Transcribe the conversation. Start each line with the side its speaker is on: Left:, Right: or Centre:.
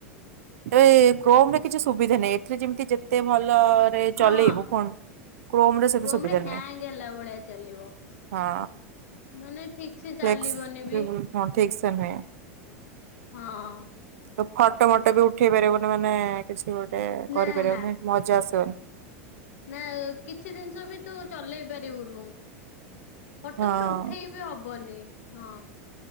Right: ତା ଏ କ୍ରୋମରେ କିଛି ସୁବିଧା ନାହିଁ ଏଥିରେ ଯେମିତି ଯେତେ ଭଲରେ
Left: ହଁ
Right: ଚଲେଇବ ଫୋନ। ସେତେ
Left: କ୍ରୋମ
Right: ସୁବିଧା
Left: ରେ ହ୍ୟାଙ୍ଗ
Right: ନୁହେଁ
Left: ହେଲା ଭଳିଆ ଚାଲିବ।
Right: ହଁ
Left: ମାନେ ଠିକ ସେ ଚାଲିବନି
Right: ଫ୍ଲେକ୍ସିବୁଲ
Left: ବି।
Right: ହଁ ଠିକ ସେ ନୁହେଁ।
Left: ହଁ।
Right: ତ ଫଟୋ ଫଟୋ ବି ଉଠେଇ ପାରିବନି ମାନେ କିଛି ଗୋଟେ
Left: ନା
Right: କରିପାରିବନି
Left: ନା
Right: ମଜା ଆସିବନି।
Left: ନା କିଛି ଜିନିଷ ବି ତୁ ଚଲେଇ ପାରିବୁନୁ ଫଟୋପଟ
Right: ହଁ
Left: ଉଠେଇ ହବନି ହଁ